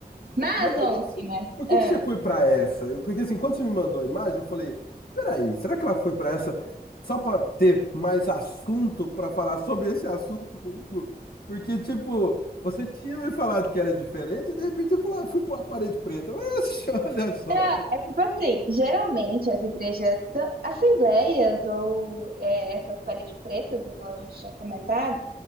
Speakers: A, on the right; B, on the left.
A: Mas,
B: Mas por
A: ontem,
B: que que, você- por que
A: ah,
B: que você foi pra essa? Eu- Porque assim, quando você me mandou a imagem, eu falei: peraí, será que ela foi pra essa só pra ter mais assunto pra falar sobre esse assunto comigo? Porque, tipo, você tinha me falado que era diferente e de repente eu falei: ah, fui pra uma parede preta. Oxe, <laughs> olha só.
A: É, é tipo assim, geralmente as igrejas, ta- assembleias ou é, essas paredes pretas, igual a gente tinha comentado,